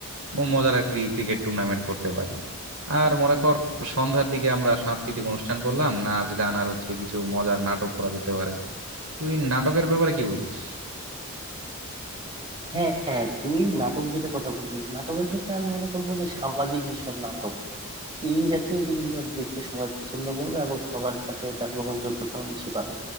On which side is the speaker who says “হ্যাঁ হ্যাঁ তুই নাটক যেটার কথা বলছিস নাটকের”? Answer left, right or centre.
Right